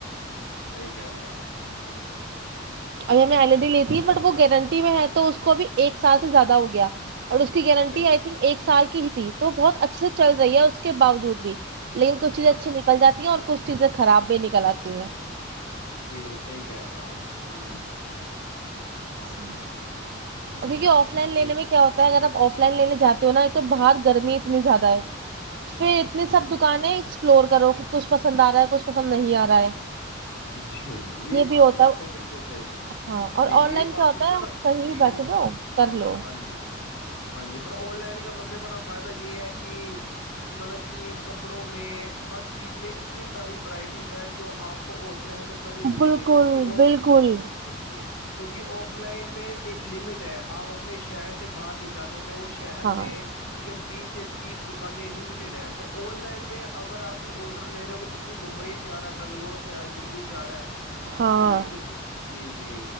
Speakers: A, on the left; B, on the right.
A: کیانے آپ ہ <unintelligible>
B: ابھی ہم نے ایل ای ڈی لی ت ہے بٹ وہ گارنٹی میں ہے تو اس کو ابھی ایک سال سے زیادہ ہو گیا اور اس کی گارنٹی
A: بالکل
B: آئی تھنک ایک سال کی کی تھی تو بہت اچھے سے چل رہی ہے اس کے باوجود بھی لیکن کچھ چیزیں
A: اچھا
B: اچھی نکل جاتی ہیں اور کچھ چیزیں خراب بھی نکل آتی ہیں
A: جی صحیح کہہ رہے ہیں آپ ہوں
B: جی جی کیونکہ آف لائن لینے
A: جی
B: میں کیا ہوتا ہے اگر آپ آف لائن لینے جاتے ہو نا ایک تو باہر گرمی اتنی زیادہ ہے پھر اتنی
A: ہ
B: سب دکانیں سپلور کرو کہ کچھ پسند آ رہا ہے کچھ پسند نہیں آ رہا ہے
A: جی یہ بات
B: بھی ہوتا
A: تو آپ
B: ہے
A: نے بالکل صحیح کہی
B: ہاں اور
A: جی
B: آن
A: یہ
B: لائن
A: بات
B: کیا ہوتا
A: پر
B: ہے آپ کہیں
A: جی
B: بھی بیٹھے ہو کر لو
A: ہاں جی ہاں جی پر آن لائن کا سب سے بڑا فائدہ یہ ہے کہ مطلب کہ کپڑوں میں ہر چیز میں اتنی ساری ورائٹیز ہیں جو آپ کوکو آف لائن میں کبھی نہیں
B: بالکل
A: دکھیں گے کی
B: بالکل
A: جی جی کیونکہ آف لائن میں ایک لمٹ ہے آپ اپنے شہر سے باہر نہیں جا سکتے اور شہر
B: ہاں
A: میں ٹیک بیس سے تیس دکانیں لمٹڈ ہیں پر آن لائن میں اگر آپ کوئی آڈر لے رہے ہو وہ پتا ممبئی سے آ رہا بنگلور سے سارا دلی سے آارا ہے
B: ہاں
A: اس جی جی